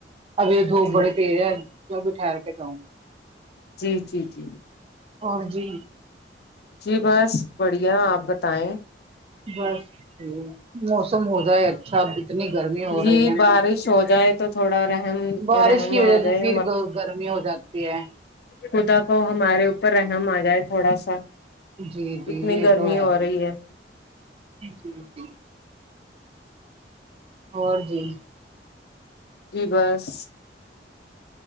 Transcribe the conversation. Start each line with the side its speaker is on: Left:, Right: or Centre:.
Right: ابھی یہ دھوپ
Left: جی
Right: بڑے تیز ہے جو بھی ٹھہر کے جاؤں
Left: جی جی جی
Right: اور جی
Left: جی بس بڑھیا آپ بتائیں
Right: بس ہوں موسم ہو گیا اچھا ابھی اتنی گرمی ہو
Left: جی
Right: رہی ہے
Left: بارش
Right: نہ
Left: ہو جائے تو تھوڑا رحم
Right: بارش
Left: رحم
Right: کی
Left: آ
Right: وجہ
Left: جائے
Right: سے پھر گ گرمی ہو جاتی تی ہے
Left: خود اب وہ ہمارے اوپر رہم آ جائے تھوڑا سہ
Right: جی جی
Left: اتنی
Right: یہ
Left: گرمی
Right: تو
Left: ہو
Right: ہی
Left: رہی ہے
Right: جی جی اور جی
Left: جی بس